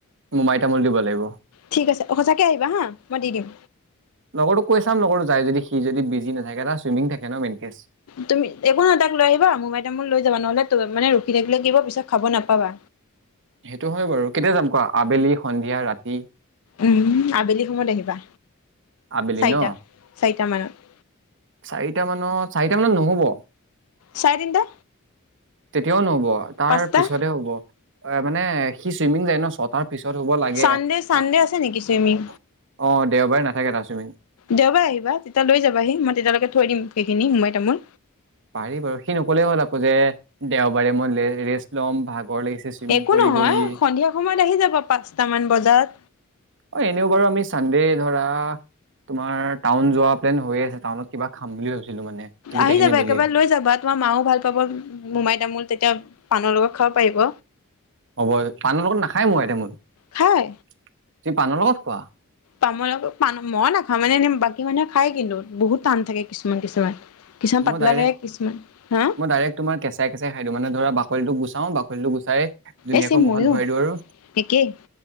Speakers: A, on the right (about 60°); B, on the left (about 80°).
A: মোমাই তামোল দিব লাগিব
B: ঠিক আছে সঁচাকে আহিবা হা মই দি দিম
A: লগৰো কৈ চাম লগৰো যাই যদি সি যদি বিজি নাথাকে চুইমিং থাকে ন মনক
B: তুমি একো এাকৈ আহা মো মাই তামোল লৈ যাবা নহ'লে মানে ৰখি থাকিলে কিিব পিছত খাব নাপাবা
A: সেইটো হয় বাৰু কেতিয়া যাম কোৱা আবেলি সন্ধিয়া ৰাতি
B: উ আবেলি সময়ত আহিবা
A: আবেলি
B: চাৰিটা
A: ন
B: -চাৰিটা -মানত
A: চাৰিটা মানৰ -চাৰিটা মানত- নহ'ব
B: চাইদ দা
A: তেতিয়াও নহব তাৰ
B: পাঁচটা
A: পিছতে হ'ব এ মানে সি চুইমিং যায় ন চ তাৰ পিছত হ'ব লাগে
B: চানডে
A: অ
B: চানডে আছে নেকি চুইমিং
A: দেওবাৰে নাথাকে তাচমিি
B: দেওবাৰে আহিবা তেতিয়া লৈ যাবাহি মই তেতিয়ালৈকে থৈ দিম সেইখিনি সোমাই তামো
A: পাৰি বাৰু সি নকলেই হ'ল আকৌ যে দেওবাৰে মই ৰেষ্ট লম ভাগৰ লাগিছে চুইমিং
B: একো
A: কৰি
B: নহয়
A: কৰি
B: সন্ধিয়া সময়ত আহি যাব পাঁচটামান বজাত।
A: অ এনেও বাৰু আমি চানডে ধৰা তোমাৰ টাউন যোৱা প্লেন হৈয়ে আছে। টাউনত কিবা খাম বুলি ভাবিছিলো মানে। গোটেইখিনি
B: আহি যাবা
A: মিলি
B: একেবাৰে লৈ যাবা। তোমাৰ মাও ভাল পাব মোমাই তামোল তেতিয়া পাণৰ লগত খাব পাৰিব।
A: হ'ব। পাণৰ লগত নাখায় মোমাই তামোল। তুমি
B: খাই
A: পাণৰ লগত খোৱা?
B: তামোলৰ লগত পাণ মই মই নাখাওঁ মানে এনে বাকী মানুহে খায় কিন্তু বহুত টান থাকে কিছুমান কিছুমান। কিছুমান পাতলা
A: মই ডাইৰেক্ট,
B: থাকে কিছুমান হা
A: মই ডাইৰেক্ট তোমাৰ কেঁচাই-কেঁচাই খাই দিওঁ, মানে ধৰা বাকলিটোক গুচাওঁ বাকলিটো গুচাই ধুনীয়াকৈ
B: এই চেম ময়ো
A: মুখত ভৰাই দিওঁ আৰু।
B: একেই